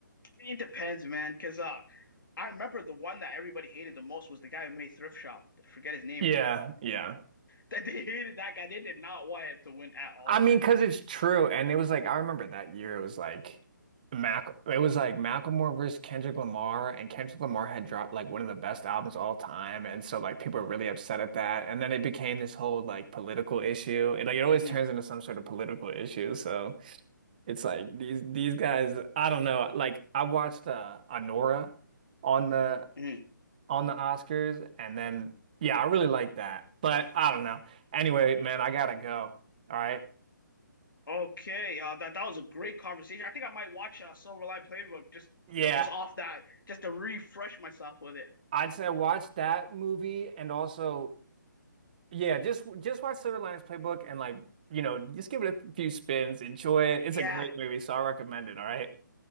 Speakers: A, on the left; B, on the right.
A: It depends, man, because uh, I remember the one that everybody hated the most was the guy who made Thrift Shop. I forget his name.
B: Yeah,
A: <laughs>
B: yeah.
A: That they hated that guy. They did not want him to win at all,
B: I mean,
A: man.
B: because it's true. And it was like, I remember that year, it was like, Mac, it was like Macklemore versus Kendrick Lamar, and Kendrick Lamar had dropped like one of the best albums of all time. And so, like, people were really upset at that. And then it became this whole like political issue. It, like, it always
A: hmm
B: turns into some sort of political issue. So it's like these, these guys, I don't know. Like, I watched uh, Anora on the,
A: hmm
B: on the Oscars. And then, yeah, I really liked that. But I don't know. Anyway, man, I gotta go. All right.
A: Okay, uh, that that was a great conversation. I think I might watch uh, Silver Line Playbook just
B: Yeah.
A: just off that, just to refresh myself with it.
B: I'd say I watched that movie and also yeah, just just watch Silver Linings Playbook and like, you know, just give it a few spins, enjoy it. It's
A: Yeah.
B: a great movie, so I recommend it, all right?